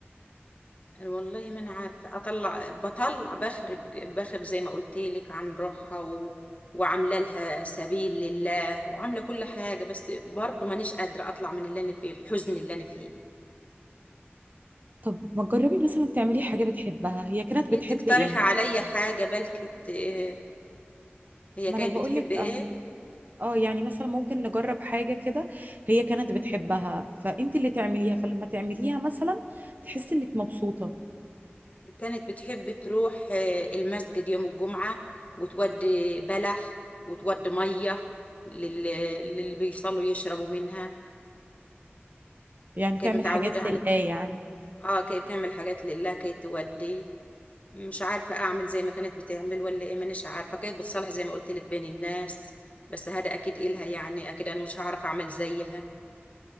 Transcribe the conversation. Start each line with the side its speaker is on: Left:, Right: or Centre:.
Left: أنا والله ما أنا عارفة أطلع بطلع بخرج بخرج زي ما قلت لك عن روحها و... وعاملة لها سبيل لله وعاملة كل حاجة بس برضه مانيش قادرة أطلع من اللي أنا فيه الحزن اللي أنا فيه
Right: طب ما تجربي مثلا تعملي حاجة بتحبها هي كانت بتحب
Left: أنت اقترحي
Right: ايه
Left: عليا حاجة بلكي ت- هي
Right: ما
Left: كانت
Right: انا بقولك
Left: بتحب إيه
Right: اهو اه يعني مثلا ممكن نجرب حاجة كده هي كانت بتحبها فانت اللي تعمليها فلما تعمليها مثلا تحسي انك مبسوطة
Left: كانت بتحب تروح آه، المسجد يوم الجمعة وتودي بلح وتودي مية لل- للي بيصلوا يشربوا منها
Right: يعني
Left: كانت
Right: تعمل
Left: متعودة
Right: حاجات
Left: على
Right: لله
Left: كده
Right: يعني
Left: اه كانت بتعمل حاجات لله كانت تودي مش عارفة أعمل زي ما كانت بتعمل ولا إيه مانيش عارفة كانت بتصلح زي ما قلت لك بين الناس بس هذا أكيد إلها يعني أكيد أنا مش هعرف أعمل زيها